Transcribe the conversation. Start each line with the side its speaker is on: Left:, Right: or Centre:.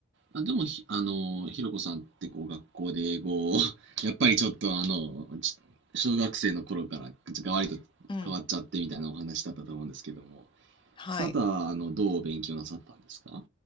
Right: あ、でもひ、あの、ひろこさんってこう学校で英語を <laughs> やっぱりちょっとあの、ち小学生の頃からがわりと変わっちゃってみたいなお話だったと思うんですけども、
Left: うん。はい。
Right: その後はあの、どう勉強なさったんですか